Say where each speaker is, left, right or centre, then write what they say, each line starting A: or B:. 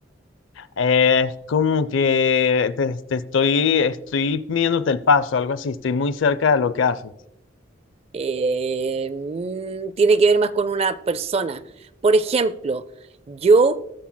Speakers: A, on the left; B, on the right.
A: Eh, es como que te, te estoy, estoy midiéndote el paso, algo así. Estoy muy cerca de lo que haces.
B: Eh, mm, tiene que ver más con una persona. Por ejemplo, yo